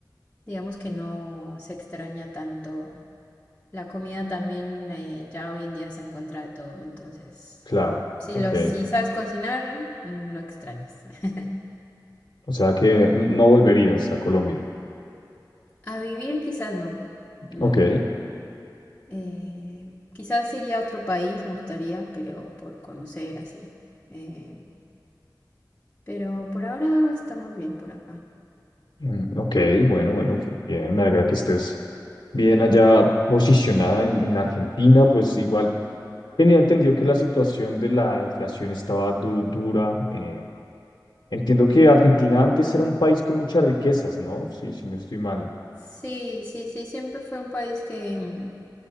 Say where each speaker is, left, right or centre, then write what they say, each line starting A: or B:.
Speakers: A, on the left (about 20°); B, on the left (about 75°).
A: digamos que no se extraña tanto. La comida también eh, ya hoy en día se encuentra de todo, entonces
B: Claro,
A: si
B: ok.
A: los, si sabes cocinar, no extrañas. <laughs>
B: O sea que no volverías a Colombia.
A: A vivir quizás no.
B: Ok,
A: No, no, no. Eh, quizás iría a otro país, me gustaría, pero por conocer así. Eh, pero por ahora estamos bien por acá.
B: mm, ok, bueno, bueno, fe- bien, me alegra que estés bien allá posicionada en, en Argentina, pues igual tenía entendido que la situación de la inflación estaba du- dura. eh, Entiendo que Argentina antes era un país con muchas riquezas, ¿no? Sí, si no estoy mal.
A: Sí, sí, sí, siempre fue un país que, mm,